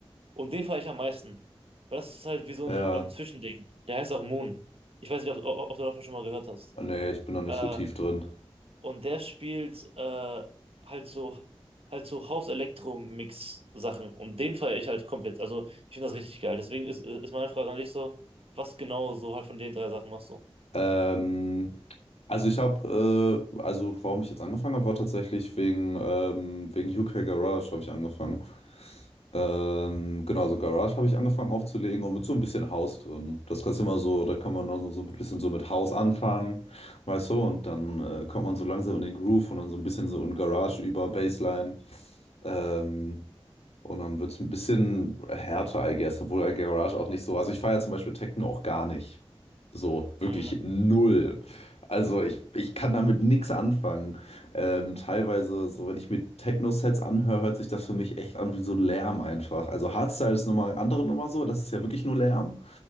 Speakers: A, on the right (about 65°); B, on the left (about 85°).
A: und den fahre ich am meisten. Weil das ist halt wie so
B: ja,
A: ein ähm, Zwischending. Der heißt auch Moon. Ich weiß nicht, ob, ob, ob du davon schon mal gehört hast.
B: nee, ich bin noch nicht
A: Äh,
B: so tief drin.
A: und der spielt äh, halt so halt so House-Elektro-Mix-Sachen. Und den feiere ich halt komplett. Also ich finde das richtig geil. Deswegen ist, ist meine Frage an dich so, was genau so halt von den drei Sachen machst du?
B: Ähm, Also ich habe, äh, also warum ich jetzt angefangen habe, war tatsächlich wegen, ähm, wegen UK Garage habe ich angefangen. Ähm, genau, so Garage habe ich angefangen aufzulegen und mit so ein bisschen House drin. Das kannst du immer so, da kann man also so so ein bisschen so mit House anfangen, weißt du, und dann äh, kommt man so langsam in den Groove und dann so ein bisschen so in Garage über Bassline. Ähm, und dann wird es ein bisschen härter, I guess, obwohl I Garage auch nicht so. Also ich feiere zum Beispiel Techno auch gar nicht. So, wirklich
A: Mhm.
B: null. Also ich, ich kann damit nichts anfangen. Ähm, teilweise, so wenn ich mir Techno-Sets anhöre, hört sich das für mich echt an wie so Lärm einfach. Also Hardstyle ist nochmal andere Nummer so, das ist ja wirklich nur Lärm.